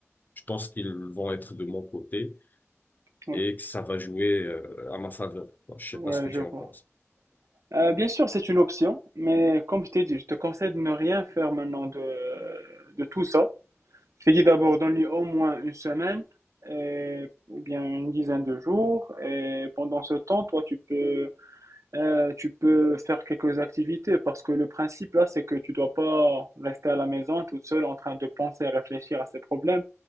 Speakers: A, on the left; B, on the right.
A: je pense qu'ils vont être de mon côté
B: ouais,
A: et que ça va jouer euh, à ma faveur. quoi. Je sais
B: ouais,
A: pas ce que
B: je
A: tu
B: vois.
A: en penses.
B: Euh, bien sûr, c'est une option, mais comme je t'ai dit, je te conseille de ne rien faire maintenant de, de tout ça. Je t'ai dit d'abord, donne-lui au moins une semaine, et- ou bien une dizaine de jours, et pendant ce temps, toi, tu peux Euh, tu peux faire quelques activités parce que le principe là, c'est que tu dois pas rester à la maison toute seule en train de penser et réfléchir à ces problèmes.